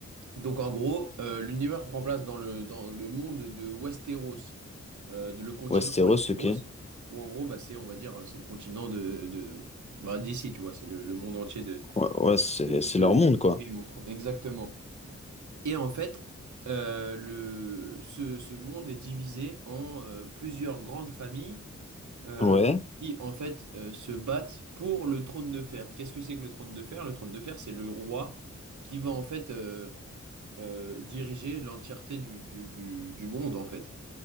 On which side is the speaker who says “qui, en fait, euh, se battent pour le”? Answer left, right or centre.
Right